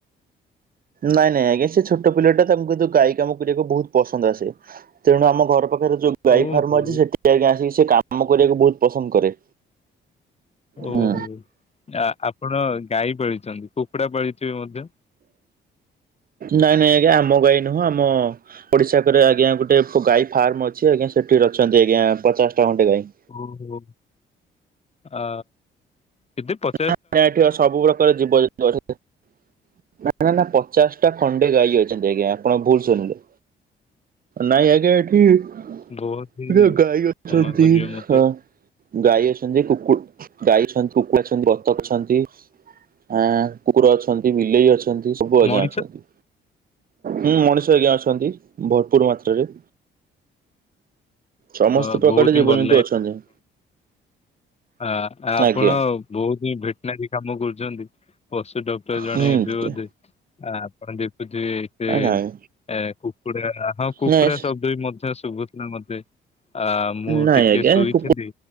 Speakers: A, on the right; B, on the left.
A: ନାଇଁ ନାଇଁ ଆଜ୍ଞା, ସେ ଛୋଟ ପିଲାଟା ତାଙ୍କୁ କିନ୍ତୁ ଗାଈ କାମ କରିବାକୁ ବହୁତ ପସନ୍ଦ ଆସେ। ତେଣୁ ଆମ ଘର ଆମ ପାଖରେ ଯୋଉ ଗାଈ
B: ଓହୋ
A: ଫାର୍ମ ଅଛି, ସେଠିକି ଆଜ୍ଞା ଆସିକି ସିଏ କାମ କରିବାକୁ ବହୁତ ପସନ୍ଦ କରେ।
B: ଓହୋ।
A: ହୁଁ
B: ଆ-ଆପଣ ଗାଈ ପାଳିଛନ୍ତି, କୁକୁଡ଼ା ପାଳିଥିବେ ମଧ୍ୟ?
A: ନାଇଁ ନାଇଁ ଆଜ୍ଞା, ଆମ ଗାଈ ନୁହଁ। ଆମ ପଡ଼ିଶା ଘରେ ଆଜ୍ଞା, ଗୋଟିଏ ଗାଈ ଫାର୍ମ ଅଛି ଆଜ୍ଞା ସେଠି ରହୁଛନ୍ତି ଆଜ୍ଞା ପଚାଶଟା ଖଣ୍ଡେ ଗାଈ।
B: ଓହୋ। ଆ କେତେ ପ
A: <unintelligible> ଏଠି ଅ ସବୁ ପ୍ରକାର ଜୀବଜନ୍ତୁ ଅଛନ୍ତି। ନା, ନା, ନା ପଚାଶଟା ଖଣ୍ଡେ ଗାଈ ଅଛନ୍ତି ଆଜ୍ଞା, ଆପଣ ଭୁଲ ଶୁଣିଲେ। ନାଇଁ ଆଜ୍ଞା ଏଠି, ଏଠି
B: ବହୁତ ହି
A: ବା ଗାଈ ଅଛନ୍ତି।
B: କ୍ଷମା କରିବେ ମତେ
A: ହଁ। ଗାଈ ଅଛନ୍ତି, କୁକୁଡ ଗାଈ ଅଛନ୍ତି, କୁକୁଡ଼ା ଅଛନ୍ତି, ବତକ ଅଛନ୍ତି ଆଁ କୁକୁର ଅଛନ୍ତି, ବିଲେଇ ଅଛନ୍ତି, ସବୁ ଆଜ୍ଞା
B: ମଣିଷ
A: ଅଛନ୍ତି। ମୁଁ ମଣିଷ ଆଜ୍ଞା ଅଛନ୍ତି, ଭରପୁର ମାତ୍ରାରେ। ସମସ୍ତ
B: ଅ
A: ପ୍ରକାଡରେ
B: ବହୁତ ହିଁ
A: ଜୀବଜନ୍ତୁ
B: ଭଲ
A: ଅଛନ୍ତି।
B: ଆ-ଆପଣ
A: ଆଜ୍ଞା
B: ବହୁତ ହିଁ ଭେଟନାରୀ କାମ କରୁଛନ୍ତି। ପଶୁ ଡ କ୍ଟର ଜଣେ
A: ହୁଁ
B: ଏବେ ବୋଧେ, ଆ-ଆପଣ ଦେବେ ବୋଧେ ଏବେ
A: ନାଇଁ।
B: ଏ କୁକୁଡ଼ା ହଁ କୁକୁଡ଼ା
A: ନାଇଁ
B: ଶବ୍ଦ ବି ମଧ୍ୟ ଶୁଭୁଥିଲା ମତେ। ଆ ମୁଁ
A: ନାଇଁ
B: ଟିକେ
A: ଆଜ୍ଞା
B: ଶୋଇଥିଲି,
A: କୁକୁଡ଼ା